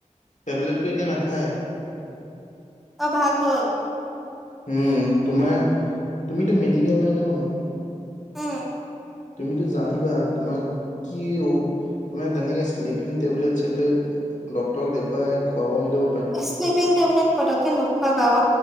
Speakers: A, on the left; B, in the centre.
A: টেবলেটো এতিয়া নাখায়
B: অ ভাল হ'ল
A: উম তোমাৰ তুমিতো মেডিকেল লাইন মানুহ
B: উম
A: তুমিতো জানিবা তোমাক কি অ তোমাৰ তেনেকে শ্লিপিং টেবলেট চেবলেট ডক্তৰক দেখুৱাই খোৱাব মিলিব
B: এ শ্লিপিং টেবলেট পতকে নোখোৱা ক